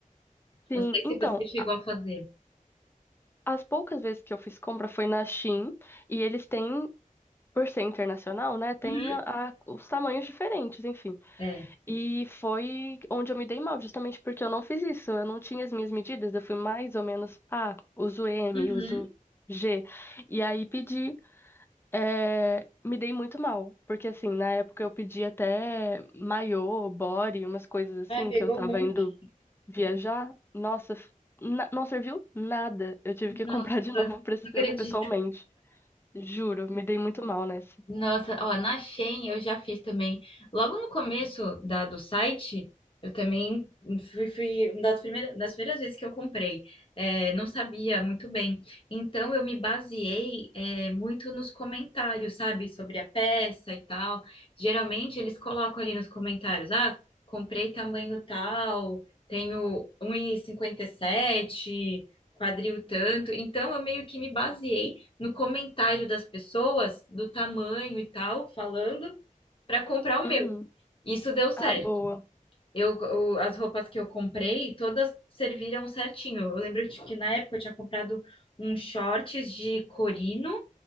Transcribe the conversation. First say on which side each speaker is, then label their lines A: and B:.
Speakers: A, on the left; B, on the left.
A: Sim,
B: Não sei
A: então,
B: se você chegou
A: a-
B: a fazer.
A: as poucas vezes que eu fiz compra foi na Shein, e eles têm, por ser internacional, né? Tem
B: Uhum.
A: a- a- os tamanhos diferentes, enfim.
B: É.
A: E foi onde eu me dei mal, justamente porque eu não fiz isso. Eu não tinha as minhas medidas, eu fui mais ou menos, ah, uso M,
B: Uhum.
A: uso G. E aí pedi, eh, me dei muito mal, porque assim, na época eu pedi até maiô, body, umas coisas
B: Ai,
A: assim,
B: pegou
A: que eu tava
B: um monte.
A: indo viajar. Nossa, f- na- não serviu nada. Eu tive que
B: Nossa,
A: comprar de <laughs> novo pres-
B: não acredito.
A: pessoalmente. Juro, me dei muito mal nessa.
B: Nossa, ó, na Shein eu já fiz também. Logo no começo da, do site, eu também fui, fui uma das primeiras, das primeiras vezes que eu comprei. É, não sabia muito bem. Então eu me baseei, é, muito nos comentários, sabe? Sobre a peça e tal. Geralmente eles colocam ali nos comentários, ah, comprei tamanho tal, tenho um e e cinquenta e sete quadril tanto. Então eu meio que me baseei no comentário das pessoas, do tamanho e tal, falando, para comprar o
A: Uhum.
B: meu. Isso deu certo.
A: Ah, boa.
B: Eu, o- as roupas que eu comprei, todas serviram certinho. Eu lembro de que na época eu tinha comprado uns shorts de corino,